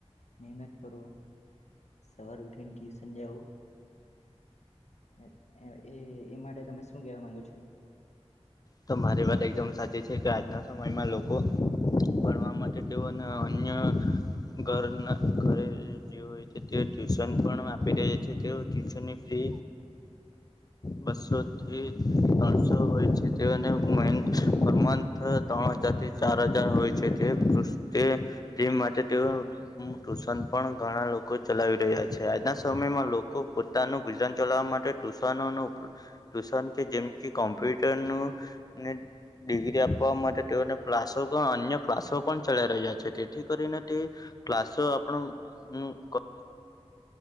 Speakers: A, on the left; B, on the left.
A: મહેનત કરો, સવારે ઉઠીને ટ્યુશન જાઓ. એ એ એ માટે તમે શું કવા માંગો છો?
B: તમારી વાત એકદમ સાચી છે કે આજના સમયમાં લોકો ભણવા માટે તેઓને અન્ય ઘરના- ઘરે જે હોય તે તે ટ્યુશન પણ આપી રહ્યા છે તેઓ ટ્યુશન જે બસોથી પાણસો હોય છે. તેઓ ને હું મયંક પર મંથ તોણ હજારથી ચાર હજાર હોય છે તે તે ટીમ માટે તે ટ્યુશન પણ ઘણા લોકો ચલાવી રહ્યા છે. આજના સમયમાં લોકો- પોતાનું ગુજરાન ચલાવવા માટે- ટુશનો ટુશન કે જેમ કે કોમ્પ્યુટર નને- ડિગ્રી આપવા માટે તેઓને ક્લાસો અન્ય ક્લાસો પણ ચલાઈ રહ્યા છે. તેથી કરીને તે- ક્લાસ આણ